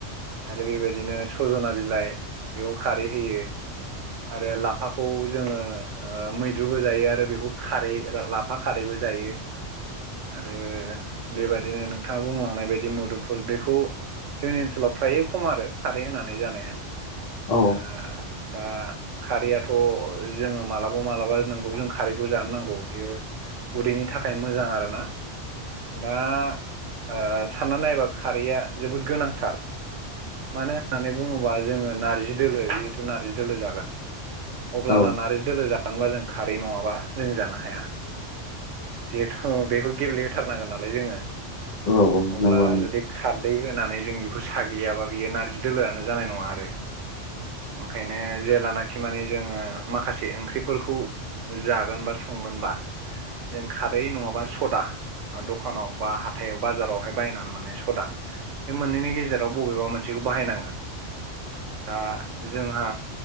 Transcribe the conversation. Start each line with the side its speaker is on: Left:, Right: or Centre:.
Right: आरो बेबायदिनो सजना बिलाइ बेयाव खारै होयो आरो लाफाखौ जोङो ओ मैद्रुबो जायो आरो बेखौ खारै लाफा खारैबो जायो आरो बेबायदिनो नोंथाङा बुंलांनाय बायदि मुदुमफुल बेखौ जोंनि ओनसोलाव फ्राय खम आरो खारै होनानै जानाया
Left: औ
Right: ओ दा खारैया थ' जोङो मालाबा मालाबा नोंगौ जों खारैखौ जानो नांगौ बियो उदैनि थाखाय मोजां आरो ना दा ओ सानना नायोबा खारैया जोबोद गोनांथार मानो होननानै बुङोबा जोङो नार्जि दोलो जिहेथु नारजि दोलो जागोन। अब्लाना
Left: औ
Right: नारजि दोलो जानोबा जों खारै नङाबा जों जानो हाया जिहेथु बेखौ गेब्लेहोथारनांगोन नालाय जोङो
Left: औ
Right: अब्ला
Left: नंगौ
Right: जुदि खार दै होनानै जों बेखौ साग्लियाबा बेयो नारजि दोलोआनो जानाय नङा आरो ओंखायनो जे लानाखि माने जोङो माखासे ओंख्रिफोरखौ जागोन बा संगोनबा जों खारै नङाबा सदा दखानाव बा हाथायाव बाजारावहाय बायनानै मोननाय सदा बे मोननैनि गेजेराव बबेबा मोनसेखौ बाहायनांगोन दा जोंहा